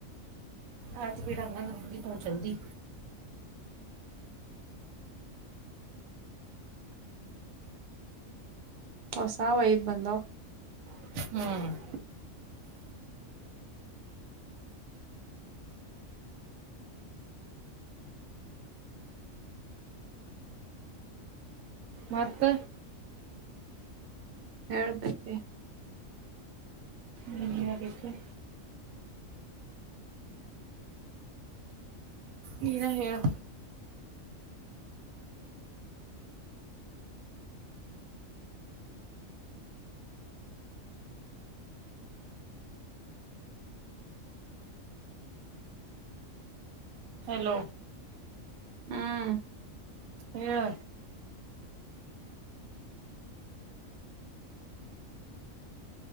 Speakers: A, on the right; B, on the right.
A: ಅಯ್ತ ಬಿಡ ಇನ್ನೇನ್ ಮುಗಿತದ ಜಲ್ದಿ.
B: ಹೊಸವ್ ಈಗ್ ಬಂದಾವ್.
A: ಹ್ಮ್ ಮತ್ತ
B: ಹೇಳ್ಬೇಕ್ರಿ.
A: ನಿನ <unintelligible> ನೀನೆ ಹೇಳು. ಹಲೋ.
B: ಹ್ಮ್
A: ಹೇಳ